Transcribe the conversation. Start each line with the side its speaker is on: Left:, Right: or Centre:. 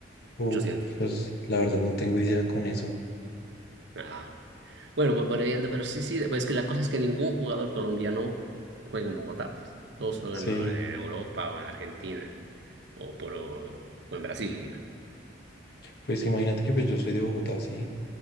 Left: Uh,
Right: Ochocientos.
Left: pues la verdad no tengo idea con eso.
Right: Ah. Bueno, vol- volviendo, pero sí, sí, pues que la cosa es que ningún jugador colombiano juega en Bogotá, pues. Todos juegan
Left: Sí,
Right: en Europa o en Argentina o, por, o en Brasil, diga.
Left: pues imagínate que pues yo soy de Bogotá, sí.